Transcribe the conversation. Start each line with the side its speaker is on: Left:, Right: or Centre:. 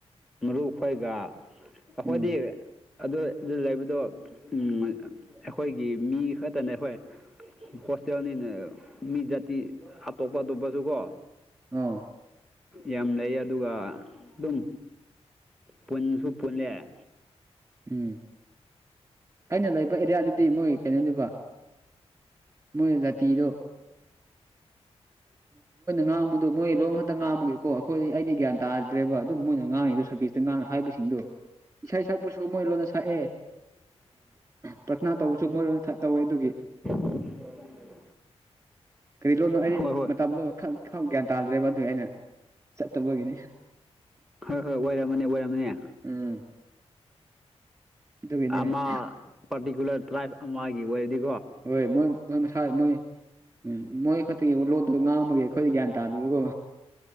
Centre: ꯃꯔꯨ ꯈꯣꯏꯒ ꯑꯈꯣꯏꯗꯤ
Right: ꯎꯝ
Centre: ꯑꯗꯨ ꯑꯗꯨ ꯂꯩꯕꯗꯣ ꯑꯩꯈꯣꯏꯒꯤ ꯃꯤ ꯈꯛꯇꯅꯦ ꯑꯩꯈꯣꯏ ꯍꯣꯁꯇꯦꯜꯅꯤꯅ ꯃꯤꯖ ꯍꯇꯣꯞꯄ ꯑꯇꯣꯞꯄꯁꯨ ꯀꯣ
Right: ꯑꯥ
Centre: ꯌꯥꯝ ꯂꯩ ꯑꯗꯨꯒ ꯑꯗꯨꯝ ꯄꯨꯟꯁꯨ ꯄꯨꯜꯂꯦ <unintelligible>
Right: ꯎꯝ ꯑꯩꯅ ꯂꯩꯕ ꯑꯦꯔꯤꯌꯥꯗꯗꯤ ꯃꯣꯏ ꯀꯩꯅꯣꯅꯦꯕ ꯃꯣꯏ ꯖꯥꯇꯤꯗꯨ ꯉꯥꯡꯕꯗꯣ ꯃꯣꯏ ꯂꯣꯏꯝ ꯉꯥꯛꯇ ꯉꯥꯡꯕꯒꯦꯀꯣ ꯑꯩꯈꯣꯏꯗꯤ ꯑꯩꯗꯤꯒ꯭ꯌꯥꯟ ꯇꯥꯗ꯭ꯔꯦꯕ ꯑꯗꯨꯝ ꯃꯣꯏꯅ ꯉꯥꯡꯉꯤ ꯑꯗꯨ ꯁꯔꯕꯤꯁꯇ ꯉꯥꯡ ꯍꯥꯏꯕꯁꯤꯡꯗꯣ ꯏꯁꯥ ꯁꯛꯄꯁꯨ ꯃꯣꯏ ꯂꯣꯟꯅ ꯁꯛꯑꯦ ꯄ꯭ꯔꯊꯅꯥ ꯇꯧꯕꯁꯨ ꯃꯣꯏ ꯑꯣꯏꯅ ꯇꯧꯋꯦ ꯑꯗꯨꯒꯤ
Centre: <inaudible>
Right: ꯀꯔꯤ ꯂꯣꯅꯣ ꯑꯩꯗꯤ
Centre: ꯍꯣꯏ ꯍꯣꯏ
Right: ꯃꯇꯝꯗꯣ ꯈ ꯈ ꯒ꯭ꯌꯥꯟ ꯇꯥꯗ꯭ꯔꯦꯕ ꯑꯗꯨꯒꯤ ꯑꯩꯅ ꯆꯠꯇꯕꯒꯤꯅꯤ
Centre: ꯍꯣꯏ ꯍꯣꯏ ꯑꯣꯏꯔꯝꯃꯅꯤ ꯑꯣꯏꯔꯝꯃꯅꯤ
Right: ꯎꯝ ꯑꯗꯨꯒꯤꯅꯦ
Centre: ꯑꯃ ꯄꯥꯔꯇꯤꯀꯨꯂꯔ ꯇ꯭ꯔꯥꯏꯞ ꯑꯃꯒꯤ ꯑꯣꯏꯔꯗꯤ
Right: ꯍꯣꯏ ꯃꯣꯏ ꯃꯁꯥ ꯃꯣꯏ ꯎꯝ ꯃꯣꯏ ꯈꯛꯇꯒꯤ ꯂꯣꯟꯗꯨꯣ ꯉꯥꯡꯕꯒꯤ ꯑꯩꯈꯣꯏꯗꯤ ꯒ꯭ꯌꯥꯟ ꯇꯥꯗꯕꯀꯣ